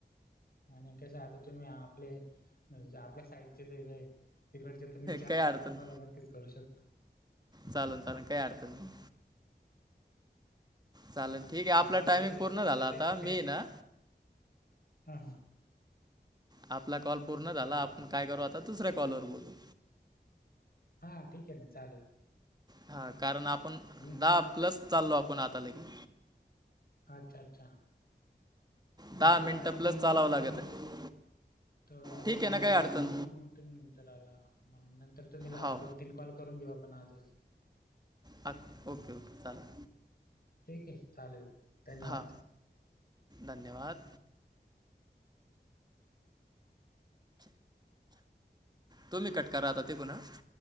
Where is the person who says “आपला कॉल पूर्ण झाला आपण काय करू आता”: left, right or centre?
Right